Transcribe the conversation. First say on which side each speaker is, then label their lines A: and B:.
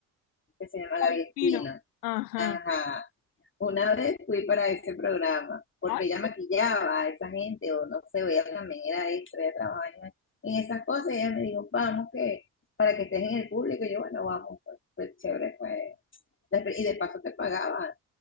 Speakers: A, on the left (about 25°); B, on the left (about 85°).
A: que se llama
B: Ay,
A: Gaby Espino.
B: fino. Ajá.
A: Ajá. Una vez fui para ese programa, porque
B: Ay,
A: ella maquillaba a esa gente, o no sé, ella también era extra, ella trabajaba en, en esas cosas, y ella me dijo, vamos, que para que estés en el público, y yo, bueno, vamos, pues, pues chévere, pues, y de paso te pagaba